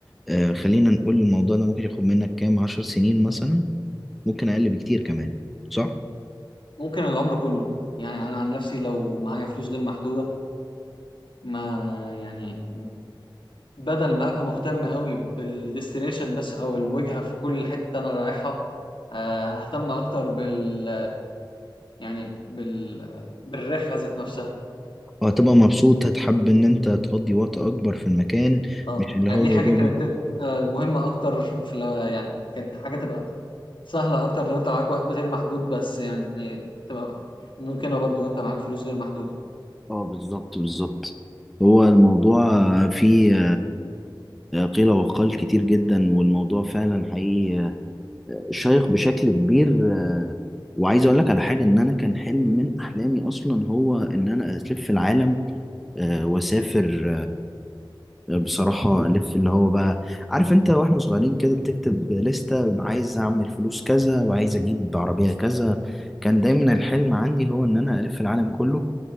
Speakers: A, in the centre; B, on the left.
A: آه خلينا نقول الموضوع ده ممكن ياخد منك كام عشر سنين مثلا ممكن أقل بكتير كمان صح؟
B: ممكن العمر كله يعني انا عن نفسي لو معايا فلوس غير محدوده ما يعني بدل ما ابقى مهتم قوي بالديستنيشن بس او الوجهه في كل حته انا رايحها آه، ههتم اكتر بال يعني بال بالرحله ذات نفسها
A: وهتبقى مبسوط هتحب إن أنت تقضي وقت أكبر في المكان
B: اه
A: مش اللي
B: يعني
A: هو
B: دي حاجه
A: يا دوبك
B: كانت تبقى مهمه اكتر في ال- يعني كانت حاجه تبقى سهله اكتر لو انت معاك وقت غير محدود بس يعني تبقى ممكنه برضو وانت معاك فلوس غير محدوده
A: اه بالظبط بالظبط هو الموضوع فيه قيل وقال كتير جدا والموضوع فعلا حقيقي شيق بشكل كبير آه، وعايز اقول لك على حاجه ان انا كان حلم من احلامي اصلا هو ان انا الف العالم آه، واسافر آه، بصراحه الف اللي هو بقى عارف انت واحنا صغيرين كده بتكتب لستة عايز اعمل فلوس كذا وعايز اجيب عربيه كذا كان دايما الحلم عندي هو ان انا الف العالم كله